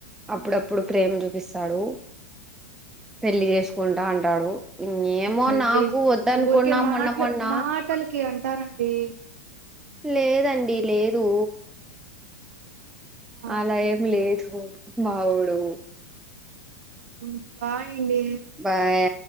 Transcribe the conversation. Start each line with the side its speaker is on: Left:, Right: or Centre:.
Centre: అప్పుడప్పుడు ప్రేమ చూపిస్తాడు పెళ్లి చేసుకుంటా అంటాడు ఏమో
Right: మళ్ళీ
Centre: నాకు వద్దనుకున్నాం
Right: ఊరికే మాటలు
Centre: మన్న మన్న
Right: మాటలకి అంటారండి.
Centre: లేదండి లేదు
Right: ఆ
Centre: అలా
Right: అండి
Centre: ఏం లేదు వవోడు
Right: ఉమ్ బాయ్ అండి
Centre: బాయ్